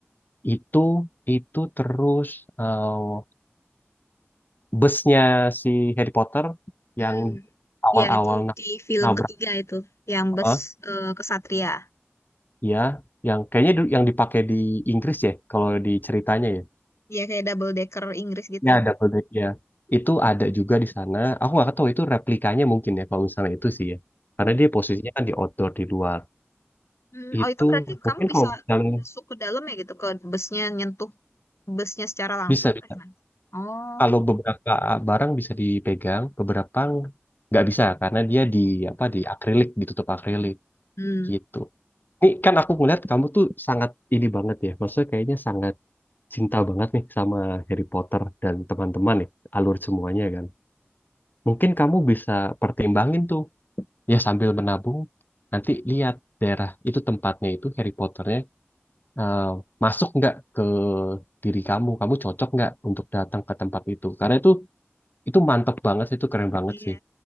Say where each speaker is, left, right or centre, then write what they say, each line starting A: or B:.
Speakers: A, on the left; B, on the left.
A: Itu itu terus eh, busnya si Harry Potter
B: Hmm.
A: yang awal-awal
B: Ya, itu
A: na-
B: di film
A: nabrak
B: ketiga itu, yang bus
A: eh,
B: eh, kesatria.
A: ya yang kayaknya du- yang dipakai di Inggris ya kalau di ceritanya ya
B: Ya, kayak double decker Inggris gitu.
A: ya double deck ya itu ada juga di sana aku nggak tahu itu replikanya mungkin ya kalau misalnya itu sih ya karena
B: Hmm.
A: dia posisinya kan di outdoor di luar
B: Hmm, Oh,
A: itu
B: itu berarti
A: mungkin
B: kamu bisa
A: kalau misalnya
B: masuk ke dalam ya gitu, ke busnya nyentuh busnya secara langsung
A: bisa
B: atau
A: bisa
B: gimana? Oh,
A: kalau beberapa barang bisa dipegang beberapa nggak bisa karena dia di apa di akrilik ditutup akrilik
B: hmm,
A: gitu Ini kan aku ngeliat kamu tuh sangat ini banget ya, maksudnya kayaknya sangat cinta banget nih sama Harry Potter dan teman-teman nih, alur semuanya kan. Mungkin kamu bisa pertimbangin tuh, ya sambil menabung, nanti lihat daerah itu tempatnya itu Harry Potternya eh, masuk nggak ke diri kamu, kamu cocok nggak untuk datang ke tempat itu. Karena itu itu mantep banget sih, itu keren banget
B: iya,
A: sih.